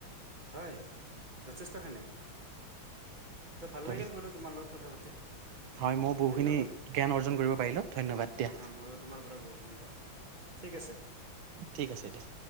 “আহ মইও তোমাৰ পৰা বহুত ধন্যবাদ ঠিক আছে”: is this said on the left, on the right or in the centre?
Right